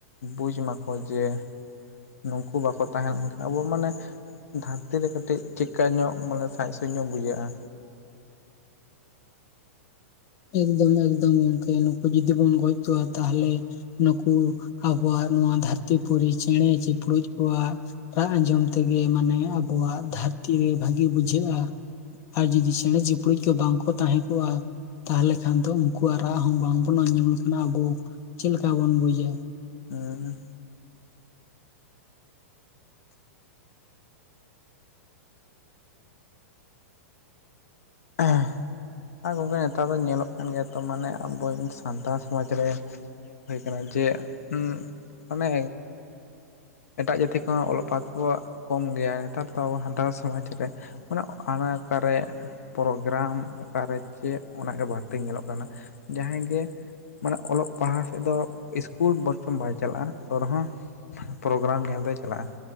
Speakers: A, on the left; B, on the left.
A: ᱵᱩᱡ ᱢᱟᱠᱚ ᱡᱮ ᱱᱩᱝᱠᱩ ᱵᱟᱠᱚ ᱛᱟᱦᱮ ᱞᱮᱱᱠᱷᱟᱡ ᱟᱵᱚ ᱢᱟᱱᱮ ᱫᱷᱟᱹᱨᱛᱤ ᱨᱮ ᱠᱟᱹᱴᱤᱡ ᱴᱷᱤᱠ ᱠᱟᱹᱡᱽ ᱧᱚᱜ ᱢᱟᱱᱮ ᱥᱟᱸᱡ ᱥᱩᱭᱴᱧ ᱧᱚᱜ ᱵᱩᱡᱷᱟᱹᱜᱼᱟ
B: ᱮᱠᱫᱚᱢ ᱮᱠᱫᱚᱢ ᱜᱚᱝᱠᱮ ᱱᱩᱠᱩ ᱡᱩᱫᱤ ᱵᱚᱱ ᱜᱚᱡ ᱠᱚᱣᱟ ᱛᱟᱦᱚᱞᱮ ᱱᱩᱠᱩ ᱟᱵᱚᱣᱟᱜ ᱱᱚᱣᱟ ᱫᱷᱟᱹᱨᱛᱤ ᱯᱩᱨᱤ ᱪᱮᱬᱮ ᱪᱩᱯᱲᱩᱡ ᱠᱚᱣᱟᱜ ᱨᱟᱜ ᱟᱸᱡᱚᱢ ᱛᱮᱜᱮ ᱢᱟᱱᱮ ᱟᱵᱚᱣᱟᱜ ᱫᱷᱟᱨᱛᱤ ᱨᱮ ᱵᱷᱟᱹᱜᱤ ᱵᱩᱡᱷᱟᱹᱜᱼᱟ ᱟᱨ ᱡᱩᱫᱤ ᱪᱮᱬᱮ ᱪᱤᱯᱲᱩᱫᱴᱡ ᱠᱚ ᱵᱟᱝ ᱠᱚ ᱛᱟᱦᱮᱸ ᱠᱚᱜᱼᱟ ᱛᱟᱞᱦᱮ ᱠᱷᱟᱱ ᱫᱚ ᱩᱱᱠᱩᱣᱟᱜ ᱨᱟᱜ ᱦᱚᱸ ᱵᱟᱝᱵᱚᱱ ᱟᱸᱡᱚᱢ ᱞᱮᱠᱷᱟᱱ ᱟᱵᱚ ᱪᱮᱫ ᱞᱮᱠᱟ ᱵᱚᱱ ᱵᱩᱡᱟ
A: ᱦᱩᱸ ᱟᱦᱻ ᱟ ᱜᱚᱢᱠᱮ ᱱᱮᱛᱟᱨ ᱫᱚ ᱧᱮᱞᱚᱜ ᱠᱟᱱ ᱜᱮᱭᱟ ᱛᱚ ᱢᱟᱱᱮ ᱟᱵᱚ ᱥᱟᱱᱛᱟᱲ ᱥᱚᱢᱟᱡ ᱨᱮ ᱧᱮᱞ ᱦᱩᱭ ᱠᱟᱱᱟ ᱡᱮ ᱩᱸᱜ ᱚᱱᱮ ᱮᱴᱟᱜ ᱡᱟᱹᱛᱤ ᱠᱷᱚᱱ ᱚᱞᱚᱜ ᱯᱟᱲᱦᱟᱜ ᱛᱮᱵᱚ ᱠᱚᱢ ᱜᱮᱭᱟ ᱱᱮᱛᱟᱨ ᱫᱚ ᱟᱵᱚ ᱥᱟᱱᱛᱟᱲ ᱥᱚᱢᱟᱡᱽ ᱨᱮ ᱢᱟᱱᱮ ᱟᱱᱟ ᱠᱟᱨᱮ ᱯᱨᱳᱜᱨᱟᱢ ᱚᱠᱟᱨᱮ ᱪᱮᱫ ᱚᱱᱟᱜᱮ ᱵᱟᱲᱛᱤ ᱧᱮᱞᱚᱜ ᱠᱟᱱᱟ ᱡᱟᱦᱟᱭ ᱜᱮ ᱢᱟᱱᱮ ᱚᱞᱚᱜ ᱯᱟᱲᱦᱟᱣ ᱥᱮᱫ ᱫᱚ ᱤᱥᱠᱩᱞ ᱵᱚᱨᱪᱷᱚᱢ ᱵᱟᱭ ᱪᱟᱞᱟᱜᱼᱟ ᱛᱟᱣ ᱨᱮ ᱦᱚᱸ ᱯᱨᱳᱜᱨᱟᱢ ᱧᱮᱞ ᱫᱚᱭ ᱪᱟᱞᱟᱜᱼᱟ